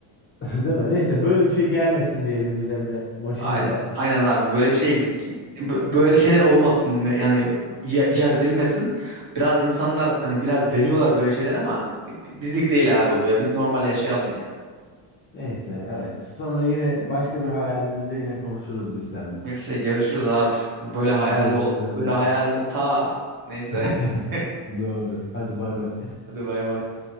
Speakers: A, on the left (about 25°); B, on the right (about 45°).
A: <laughs> Değil mi? Neyse böyle bir şey gelmesin diyelim biz Emre başımıza.
B: Aynen, aynen abi böyle bir şey böyle şeyler olmasın yani i- icat edilmesin. Biraz insanlar hani biraz deniyorlar böyle şeyler ama bi- bizlik değil abi bu ya. Biz normal yaşayalım ya.
A: Neyse evet. Sonra yine başka bir hayalimizde yine konuşuruz biz seninle.
B: Neyse görüşürüz abi. Böyle hayal
A: Görüşürüz
B: ol-
A: Emre.
B: böyle hayalin ta neyse.
A: <laughs>
B: <laughs>
A: Doğru. Hadi bay bay.
B: Hadi bay bay.